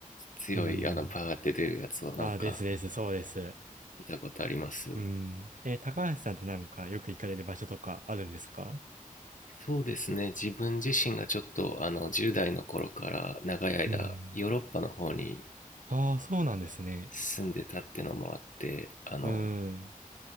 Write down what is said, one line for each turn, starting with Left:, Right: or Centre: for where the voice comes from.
Left: 強い、
Right: うん。
Left: あの、バーって出るやつをなんか
Right: あ、ですです、そうです。
Left: 見たことあります。
Right: うん。えー高橋さんってなんかよく行かれる場所とかあるんですか
Left: そうですね。自分自身がちょっと、あの、10代の頃から長い間、
Right: うん。
Left: ヨーロッパの方に
Right: ああ、そうなんですね。
Left: 住んでたってのもあって、あの、
Right: うん。